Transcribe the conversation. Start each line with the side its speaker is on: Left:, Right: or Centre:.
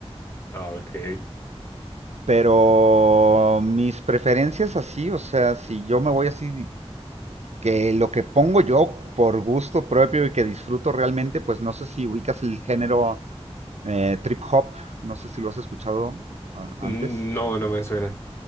Left: ah, ok.
Right: Pero mis preferencias así, o sea, si yo me voy así, que lo que pongo yo por gusto propio y que disfruto realmente, pues no sé si ubicas el género eh, trip hop, no sé si lo has escuchado ah, antes.
Left: Mm, No, no me suena.